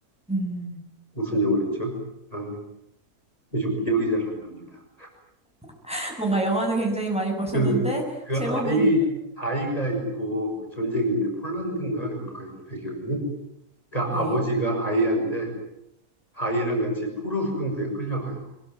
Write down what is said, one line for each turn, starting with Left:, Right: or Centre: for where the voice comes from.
Centre: 음.
Left: 무슨 영화였죠? 아, 요즘 기억이 잘 안 납니다.
Centre: <laughs> 뭔가 영화는 굉장히 많이 보셨는데,
Left: 그, 그
Centre: 제목은,
Left: 아이, 아이가 있고 전쟁인데 폴란드인가 그럴까요? 배경이? 그러니까
Centre: 네,
Left: 아버지가 아이한테 아이랑 같이 포로 수용소에 끌려가요.